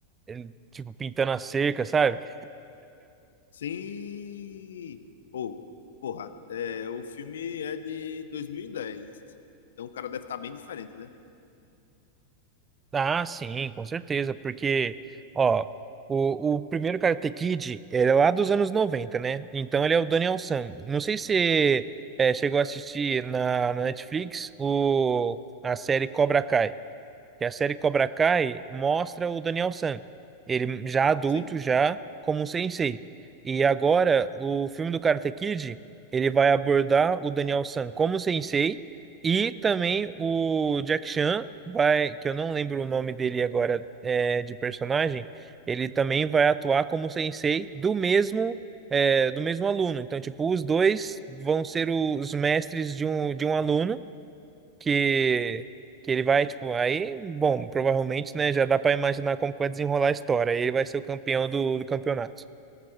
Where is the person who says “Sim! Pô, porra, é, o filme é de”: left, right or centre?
Left